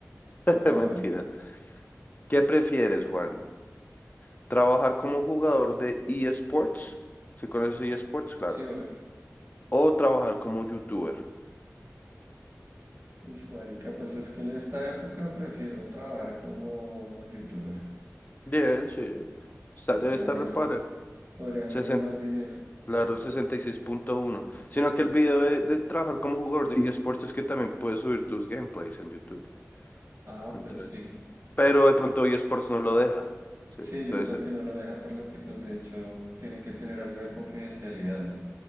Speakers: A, on the left; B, on the right.
A: <laughs>
B: Vamos
A: Mentira.
B: a ver.
A: ¿Qué prefieres, Juan? ¿Trabajar como jugador de eSports? Si conoces eSports, claro.
B: Sí, obvio.
A: O trabajar como youtuber.
B: Uy, marica, pues es que en esta época prefiero trabajar como youtuber.
A: Bien, sí. Está-
B: Podría
A: debe estar
B: ganar,
A: reparado.
B: podría ganar
A: Sesenta,
B: más dinero.
A: claro, sesenta y seis punto uno. Sino que el video de, de trabajar como jugador de eSports es que también puedes subir tus gameplays en YouTube.
B: Ah,
A: Entonces.
B: pues sí.
A: Pero de pronto eSports no lo deja. Sí.
B: Sí,
A: Entonces,
B: yo creo que no lo deja por lo que, pues de hecho, tiene que tener algo de confidencialidad, ¿no?